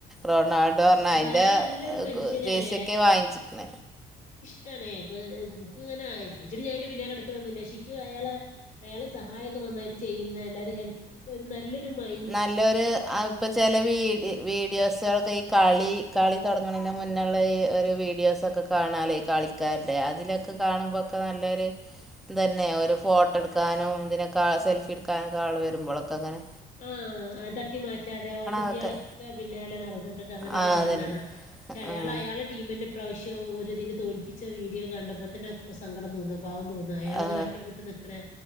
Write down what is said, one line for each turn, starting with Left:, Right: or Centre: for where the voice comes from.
Centre: റൊണാൾഡോ അറ്ഞ്ഞ
Left: ആഹ്
Centre: അതിൻ്റെ
Left: അയാള് നല്ലൊരു മനുഷ്യനാണ്.
Centre: ജേസിയൊക്കെ വാങ്ങിച്ചിക്ക്ണ
Left: ട്ടണേ ഇപ്പക്ക് ഇങ്ങനെ ആയ ഇജ്ജ്ഡ് അയിന്റെ പിന്നാലെടക്കലാന്നൂല്ല. ഇഷിക്ക് അയാളെ അയാള് സഹായൊക്കെ നന്നായിട്ട് ചെയ്യുന്ന എല്ലാരേം ഹെൽപ് ഒരു നല്ലൊരു മൈ
Centre: നല്ലൊര് ആ ഇപ്പ ചെല വീഡി വീഡിയോസുകൾക്ക കളി കളി തൊടങ്ങണെന്നെ മുന്നൊള്ള വീഡി ഒരു വീഡിയോസൊക്കെ കാണാലേ കളി താലേ അതിലൊക്കെ കാണുമ്പോക്കെ നല്ലൊരു ഇതന്നെ ഒരു ഫോട്ടോ എടുക്കാനും അതെന്നെ ഓര് ഫോട്ടട്ക്കാനും ഇതിനൊക്കെ സെൽഫി എടുക്കാനൊക്കെ ആള് വരുമ്പോളൊക്കങ്ങനെ
Left: ആഹ് ആ തട്ടി മാറ്റാതെ ആ കുട്ടികളൊക്കെ
Centre: അതൊക്കെ
Left: പിന്നാലെ നടന്നിട്ടൊക്കെ അങ്ങനക്കെ
Centre: ആ
Left: കാണ്ണണകാണാ
Centre: അതന്നെ
Left: ക്ഷെ അയാളയാള്
Centre: ഉം
Left: ടീമിന്നെ പ്രാവിശ്യം ഒരിതില് തോൽപ്പിച്ച വീഡിയോ കണ്ടപ്പോ തന്നെ അപ്പ സങ്കടം തോന്നാ പാവം തോന് അയാളങ്ങനെ
Centre: ആ
Left: ഒറ്റപ്പെട്ട് നിക്കണ